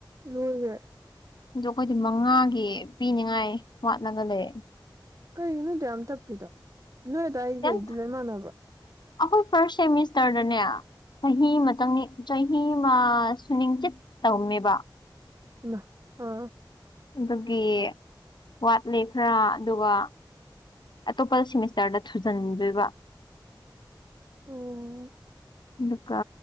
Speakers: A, on the right (about 40°); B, on the left (about 65°).
A: ꯂꯣꯡꯦ
B: ꯑ ꯑꯩꯈꯣꯏꯗꯤ ꯃꯉꯥꯒꯤ ꯄꯤꯅꯤꯉꯥꯏ ꯋꯥꯠꯂꯒ ꯂꯩ
A: ꯀꯔꯤꯒꯤꯅꯣꯠꯇ ꯌꯥꯝ ꯇꯞꯄꯤꯗꯣ ꯅꯣꯏ ꯑꯗꯥꯋꯥꯏ ꯀꯩꯗꯨ
B: ꯌꯥꯝ
A: ꯂꯣꯏ ꯃꯥꯟꯅꯕ꯭ꯔꯣ
B: ꯑꯩꯈꯣꯏ ꯐꯥꯔꯁ ꯁꯦꯃꯤꯁꯇꯔꯗꯅꯦ ꯆꯍꯤ ꯑꯃꯇꯪ ꯆꯍꯤꯃ ꯁꯨ ꯅꯤꯡꯆꯤꯠ ꯇꯧꯃꯦꯕ
A: ꯑ ꯑꯥ
B: ꯑꯗꯨꯒꯤ ꯋꯥꯠꯂꯦ ꯈꯔ ꯑꯗꯨꯒ ꯑꯇꯣꯞꯄ ꯁꯤꯦꯃꯤꯁꯇꯔꯗ ꯊꯨꯖꯤꯟꯗꯣꯏꯕ
A: ꯑꯣ
B: ꯗꯨꯀ